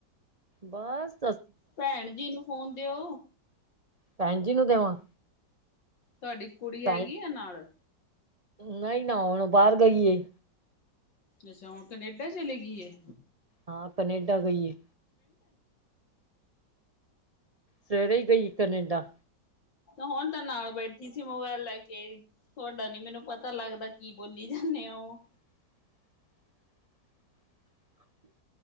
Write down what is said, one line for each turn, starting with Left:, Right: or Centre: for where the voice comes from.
Right: ਬਾਸ।
Left: ਪੈਣ ੱਜੀ ਨੂੰ ਫੋਨ ਦਿਓ।
Right: ਭੈਣ ਜੀ ਨੂੰ ਦੇਵਾਂ
Left: ਤੁਹਾਡੀ ਕੁੜੀ
Right: ਭੈਣ
Left: ਹੈਗੀ ਏ ਨਾਲ।
Right: ਨਹੀਂ ਨਾ ਹੁਣ ਬਾਹਰ ਗਈ ਏ।
Left: ਅੱਛਾ ਹੁਣ ਕਨੇਡਾ ਚਲੇ ਗਈ ਏ
Right: ਹਾਂ ਕਨੇਡਾ ਗਈਏ ਸਵੇਰੇ ਹੀ ਗਈ ਕਨੇਡਾ।
Left: ਹੁਣ ਤਾਂ ਨਾਲ ਬੈਠੀ ਸੀ ਮੋਬਾਇਲ ਲੈ ਕੇ ਤੁਹਾਡਾ ਨੀ ਮੈਨੂੰ ਪਤਾ ਲੱਗਦਾ ਕੀ ਬੋਲੀ ਜਾਂ- ਨੇ ਉਹ-
Right: <inaudible>